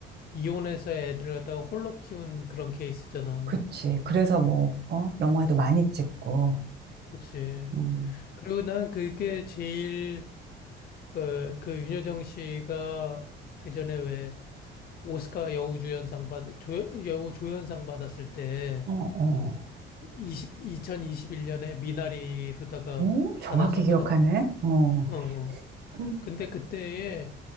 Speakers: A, on the left; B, on the right.
A: 이혼해서 애들을 갖다가 홀로 키운 그런 케이스잖아.
B: 그치. 그래서 뭐, 어, 영화도 많이 찍고,
A: 그치.
B: 음,
A: 그리고 난 그게 제일 그, 그 윤여정 씨가 그 전에 왜 오스카 여우주연상 받, 조, 여우 조연상 받았을 때
B: 어, 어,
A: 20, 2021년에 미나리로다가
B: 오, 정확히
A: 받았었거든?
B: 기억하네. 어,
A: 어. 어.
B: 음,
A: 근데 그때에